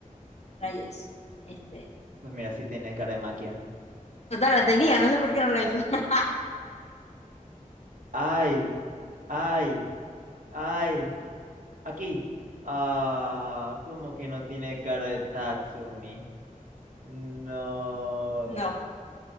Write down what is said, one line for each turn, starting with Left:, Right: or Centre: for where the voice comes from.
Left: rayos. Este.
Right: Pues mira, sí tiene cara de Maquia.
Left: Total, la tenía, no sé por qué no la hice. <laughs>
Right: Ay, ay, ay. Aquí. Ah, ¿cómo que no tiene cara de Tatsumi? No.
Left: No